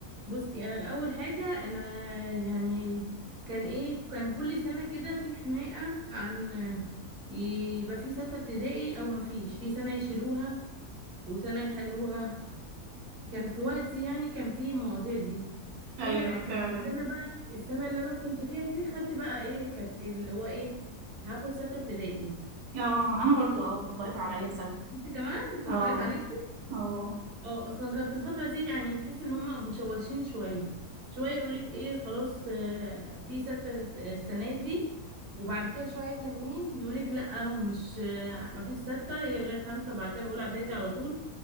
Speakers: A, on the right; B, on the right.
A: بصي انا الاول حاجه انا يعني كان ايه كان كل سنه كده في خناقه عن يبقى في ستة ابتدائي او ما فيش في سنة يشيلوها وسنة يخلوها كان في وقتي يعني كان في المواضيع دي فانا
B: ايوه
A: كانت
B: فعلا
A: السنة بقى السنة اللي انا كنت فيها دي خدت بقى ايه كانت اللي هو ايه هاخد ستة ابتدائي
B: اه انا برضو اه طبقت عليا صدق
A: انت كمان اتطبقت
B: اه
A: عليك دي؟
B: اه
A: اه اصلا كان في الفترة دي يعني تحس ان هما مشوشين شوية شوية يقولك ايه خلاص آه، في ستة آه، السنة دي وبعد كده شوية تانيين يقولك لأ مش آه، مفيش ستة هي لغاية خمسة بعد كده أولى إعدادي على طول